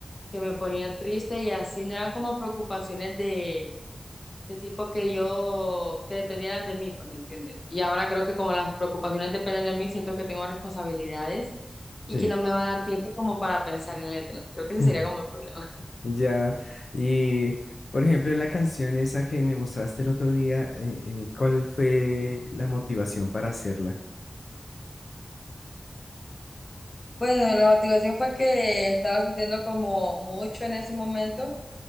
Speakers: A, on the left; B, on the left.
A: que me ponían triste y así, no eran como preocupaciones de de tipo que yo, que dependieran de mí, pues, ¿me entiendes? Y ahora creo que como las preocupaciones dependen de mí, siento que tengo responsabilidades
B: Sí,
A: y que no me va a dar tiempo como para pensar en letras. Creo que ese
B: <clears throat>
A: sería como el problema.
B: Ya, y por ejemplo, en la canción esa que me mostraste el otro día, eh, eh, ¿cuál fue la motivación para hacerla?
A: Bueno, la motivación fue que estaba sintiendo como mucho en ese momento,